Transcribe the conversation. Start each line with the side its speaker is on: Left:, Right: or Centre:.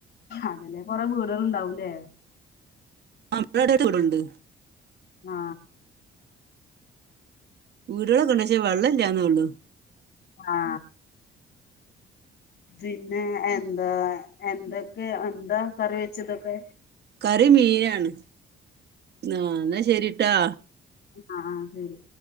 Left: അതിലെ കൊറെ വീടുകളുണ്ടാവൂലേ
Right: <unintelligible> ഉണ്ട്
Left: ആ....
Right: വീടുകളൊക്കെണ്ട് പക്ഷേ വെള്ളല്ലാന്നേ ഉള്ളു
Left: ആ.... പിന്നെ എന്താ എന്തൊക്കെ എന്താ കറി വെച്ചതൊക്കെ
Right: കറി മീനാണ് ആ എന്നാ ശരിട്ടാ
Left: ആ ആ ശരി